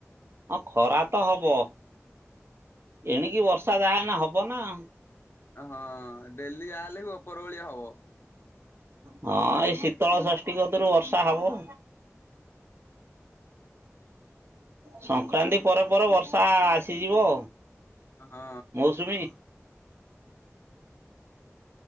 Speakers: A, on the right (about 55°); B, on the left (about 50°).
A: ହଁ ଖରା ତ ହବ। ଏଣିକି ବର୍ଷା ଯାହେନେ ହବ ନାଁ।
B: ଏ ହଁ ଡେଲି ଆ ହେଲେ ବି ଓପର ଓଳି ହବ।
A: ହଁ ଏଇ ଶୀତଳ ଷଷ୍ଠୀ କତୁରୁ ବର୍ଷା ହବ। ସଂକ୍ରାନ୍ତି ପରେ ପରେ ବର୍ଷା ଆସିଯିବ।
B: ହଁ।
A: ମୌସୁମୀ।